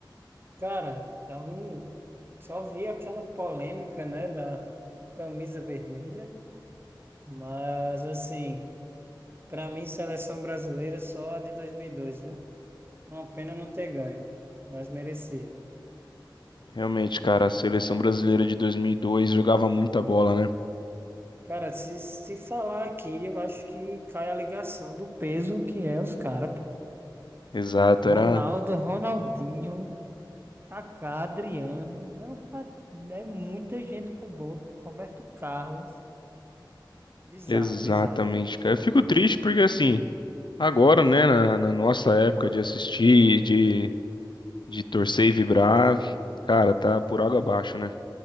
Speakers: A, on the right (about 30°); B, on the left (about 70°).
A: Cara, então, só vi aquela polêmica, né, da camisa vermelha, mas assim, para mim, seleção brasileira é só a de dois, mil e dois, viu? Uma pena não ter ganho, mas merecia.
B: Realmente, cara, a seleção brasileira de 2002 jogava muita bola, né?
A: Cara, se, se falar aqui, eu acho que cai a ligação do peso que é os caras, pô.
B: Exato,
A: Ronaldo,
B: era
A: Ronaldinho, Kaká, Adriano, meu pai, é muita gente boa, pô. Roberto Carlos. Bizarro,
B: exatamente,
A: bizarro.
B: cara. Eu fico triste porque, assim, agora, né, na, na nossa época de assistir, de, de torcer e vibrar, cara, tá por água abaixo, né?